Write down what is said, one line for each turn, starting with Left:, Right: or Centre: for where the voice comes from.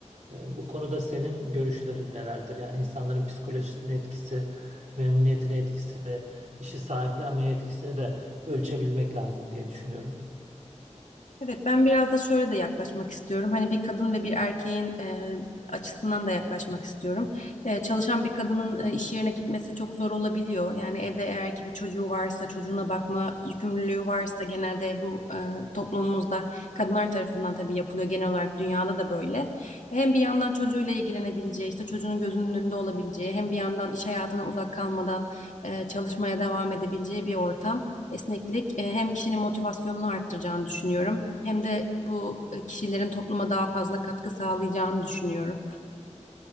Right: Ee, Bu konuda senin görüşlerin nelerdir? Yani insanların psikolojisine etkisi, memnuniyetine etkisi, işi sahiplenmeye etkisini de ölçebilmek lazım diye düşünüyorum.
Left: Evet, ben biraz da şöyle de yaklaşmak istiyorum. Hani bir kadın ve bir erkeğin e, açısından da yaklaşmak istiyorum. E, çalışan bir kadının e, iş yerine gitmesi çok zor olabiliyor. Yani evde eğer ki bir çocuğu varsa, çocuğuna bakma yükümlülüğü varsa genelde bu e, toplumumuzda kadınlar tarafından tabii yapılıyor. Genel olarak dünyada da böyle. Hem bir yandan çocuğuyla ilgilenebileceği, işte çocuğunun gözünün önünde olabileceği, hem bir yandan iş hayatına uzak kalmadan e, çalışmaya devam edebileceği bir ortam. Esneklik e, hem kişinin motivasyonunu arttıracağını düşünüyorum hem de bu e, kişilerin topluma daha fazla katkı sağlayacağını düşünüyorum.